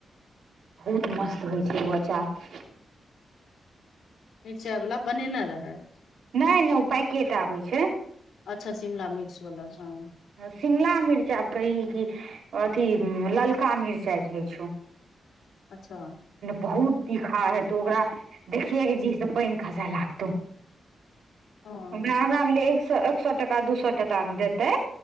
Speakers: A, on the right (about 75°); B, on the left (about 80°).
A: बहुत मस्त होइ छै ओ अचार
B: मिरचाई वला बनेने रहै
A: नहि नहि ओ पैकेट आबै छै
B: अच्छा शिमला मिर्च वाला हँ
A: शिमला मिर्चा आब कही की अथी ललका मिरचाइ जे होइ छै ओ।
B: अच्छा
A: बहुत तीखा हेतौ ओकरा देखियै के जीसँ पानि खसै लागतौ
B: हँ
A: हमरा लागलै एक सए एक सए टाका दू सए टाकामे देतै